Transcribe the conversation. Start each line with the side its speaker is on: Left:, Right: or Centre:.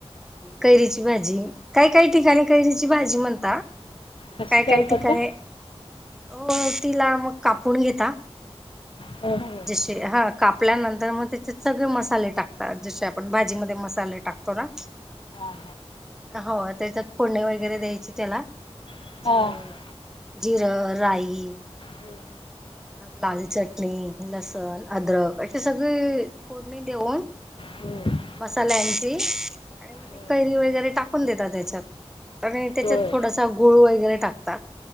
Centre: कैरीची भाजी काय काही ठिकाणी कैरीची भाजी म्हणता.
Left: कस
Centre: काय काय
Left: करतात
Centre: ठिकाणी
Left: ते
Centre: हो तिला मग कापून घेता.
Left: हां हां
Centre: जसे हा कापल्यानंतर मग त्याचे सगळे मसाले टाकतात. जसे आपण भाजी मध्ये मसाले टाक टाकतोना
Left: हां
Centre: हो त्याच्यात फोडणी वगैरे द्यायचे त्याला.
Left: हां
Centre: जिरं
Left: हं,
Centre: जिरं, राई
Left: हं,
Centre: लाल चटणी, लसण, अद्रक असे
Left: हं,
Centre: सगळे फोडणी देऊन
Left: हं,
Centre: मसाल्यांची, आणि मग ती
Left: हं.
Centre: कैरी वगैरे टाकून देतात त्याच्यात. आणि त्याच्यात
Left: होय
Centre: थोडासा गुळ वगैरे टाकतात.